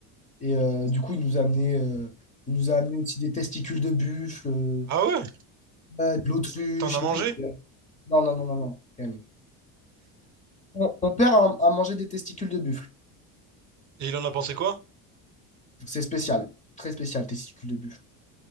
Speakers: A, on the left (about 20°); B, on the right (about 45°).
A: Et euh, du coup, ils nous amenaient, euh, ils nous a amené aussi des testicules de buffle, euh,
B: Ah ouais?
A: ouais, de l'autruche
B: T'en as mangé?
A: et tout. Non, non, non, non, non. quand même. Mon mon père a, a mangé des testicules de buffle.
B: Et il en a pensé quoi?
A: C'est spécial, très spécial, testicules de buffle.